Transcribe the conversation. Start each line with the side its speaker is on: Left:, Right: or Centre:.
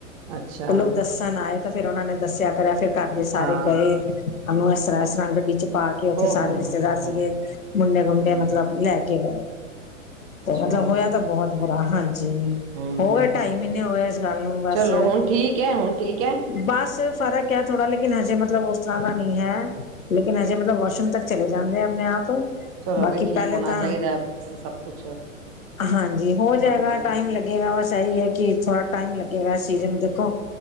Right: ਅੱਛਾ
Left: ਉਹ ਲੋਕ ਦੱਸਣ ਆਏ ਤੇ ਫੇਿਰ ਉਹਨਾਂ ਨੇ ਦੱਸਿਆ ਕਰਿਆ ਫੇਰ ਘਰਦੇ ਸਾਰੇ
Right: ਹਾਂ,
Left: ਗਏ ਉਹਨੂੰ ਇਸ ਤਰ੍ਹਾਂ ਇਸ ਤਰ੍ਹਾਂ ਗੱਡੀ ਚ ਪਾ ਕੇ ਉੱਥੇ
Right: ਓ
Left: ਸਾਰੇ
Right: ਹੋ
Left: ਰਿਸ਼ਤੇਦਾਰ
Right: ਹੋ ਹੋ।
Left: ਸੀਗੇ ਮੁੰਡੇ ਗੁੰਡੇ
Right: ਹੂੰ,
Left: ਮਤਲਬ ਲੈ ਕੇ ਗਏ
Right: ਅੱਛਾ
Left: ਤੇ ਮਤਲਬ ਹੋਇਆ ਤਾਂ ਬਹੁਤ ਬੁਰਾ ਹਾਂਜੀ ਜ
Right: ਹੂੰ।
Left: ਹੋ ਗਿਆ ਢਾਈ ਮਹੀਨੇ ਹੋ ਗਏ ਇਸ ਗੱਲ ਨੂੰ ਬਸ
Right: ਚਲੋ ਹੁਣ ਠੀਕ ਐ, ਹੁਣ ਠੀਕ ਐ।
Left: ਬਸ ਫ਼ਰਕ ਹੈ ਥੋੜਾ ਲੇਕਿਨ ਹਜੇ ਮਤਲਬ ਉਸ ਤਰ੍ਹਾਂ ਦਾ ਨਹੀਂ ਹੈ ਲੇਕਿਨ ਹਜੇ ਮਤਲਬ ਵਾਸ਼ਰੂਮ ਤ ਚਲੇ ਜਾਂਦੇ ਆ ਆਪਣੇ ਆਪ
Right: ਚਲੋ
Left: ਬਾਕੀ
Right: ਵੀ ਠੀਕ
Left: ਪਹਿਲੇ
Right: ਹੋਣਾ
Left: ਤਾਂ
Right: ਚਾਹੀਦਾ ਬਸ ਸਭ ਕੁਛ
Left: ਹਾਂਜੀ ਹੋ ਜਾਏਗਾ
Right: ਹੂੰ,
Left: ਟਾਈਮ ਲੱਗੇਗਾ ਬਸ ਇਹੀ ਹੈ ਕਿ ਥੋੜਾ ਟਾਈਮ ਲੱਗੇਗਾ ਸੀਜ਼ਨ ਦੇਖੋ